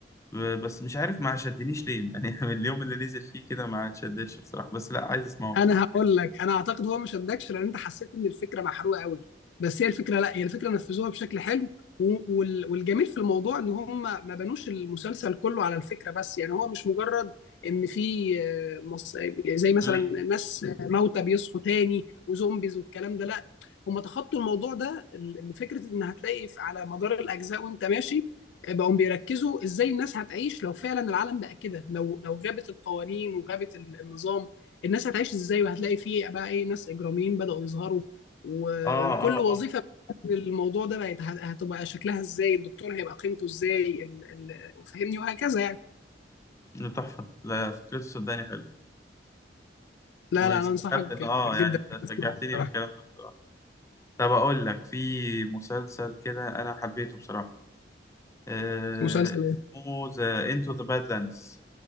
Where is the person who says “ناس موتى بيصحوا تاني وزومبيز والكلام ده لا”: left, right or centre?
Left